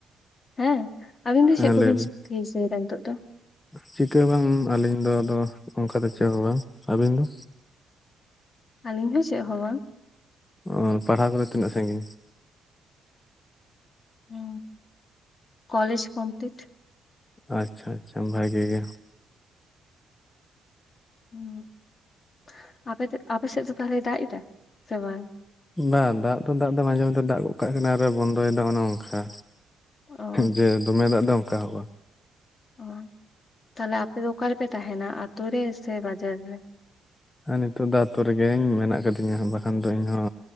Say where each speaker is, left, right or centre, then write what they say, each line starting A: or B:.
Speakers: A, on the left (about 40°); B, on the left (about 20°).
A: ᱦᱮᱸ ᱟᱵᱤᱱ ᱫᱚ
B: ᱦᱮᱸ
A: ᱪᱮᱫ ᱠᱚᱵᱤᱱ
B: ᱞᱟᱹᱭ ᱵᱤᱱ
A: ᱦᱤᱥᱟᱹᱭ ᱮᱫᱟ ᱱᱤᱛᱚᱜ ᱫᱚᱼᱼ
B: ᱪᱤᱠᱟᱹ ᱦᱚᱸ ᱵᱟᱝ ᱟᱹᱞᱤᱧ ᱫᱚ ᱟᱫᱚ ᱚᱱᱠᱟ ᱫᱚ ᱪᱮᱫ ᱦᱚᱸ ᱵᱟᱝ ᱟᱹᱵᱤᱱ ᱫᱚ
A: ᱟᱹᱞᱤᱧ ᱦᱚᱸ ᱪᱮᱫ ᱦᱚᱸ ᱵᱟᱝ
B: ᱚ ᱯᱟᱲᱦᱟᱣ ᱠᱚᱫᱚ ᱛᱤᱱᱟᱹᱜ ᱥᱟᱺᱜᱤᱧᱼᱼ
A: ᱚ ᱠᱚᱞᱮᱡᱽ ᱠᱚᱢᱯᱞᱤᱴᱼᱼ
B: ᱟᱪᱪᱷᱟ ᱟᱪᱪᱷᱟ ᱵᱷᱟᱹᱜᱤ ᱜᱮ
A: <unintelligible> ᱥᱮᱫ ᱫᱚ ᱛᱟᱦᱞᱮ ᱫᱟᱜ ᱮᱫᱟ ᱥᱮ ᱵᱟᱝ
B: ᱵᱟ ᱫᱟᱜ ᱛᱚ ᱫᱟᱜ ᱫᱚ ᱢᱟᱡᱷᱮ ᱢᱚᱫᱽᱷᱮ ᱫᱟᱜ ᱜᱚᱫ ᱠᱟᱜ ᱠᱟᱱᱟ ᱟᱨ ᱵᱚᱱᱫᱚ ᱮᱫᱟ ᱚᱱᱮ ᱚᱝᱠᱟ
A: ᱚ
B: ᱡᱮ ᱫᱚᱢᱮ ᱫᱟᱜ ᱫᱚ ᱚᱱᱠᱟ ᱦᱚᱸᱼᱟ
A: ᱚ ᱛᱟᱦᱚᱞᱮ ᱟᱯᱮ ᱫᱚ ᱚᱠᱟ ᱨᱮᱯᱮ ᱛᱟᱦᱮᱱᱟ ᱟᱛᱳ ᱨᱮ ᱥᱮ ᱵᱟᱡᱟᱨ ᱨᱮᱼᱼ
B: ᱟᱨ ᱱᱤᱛᱚᱜ ᱫᱚ ᱟᱛᱳ ᱨᱮᱜᱮ ᱢᱮᱱᱟᱜ ᱟᱠᱟᱫᱤᱧᱟ ᱵᱟᱠᱷᱟᱱ ᱫᱚ ᱤᱧᱦᱚᱸ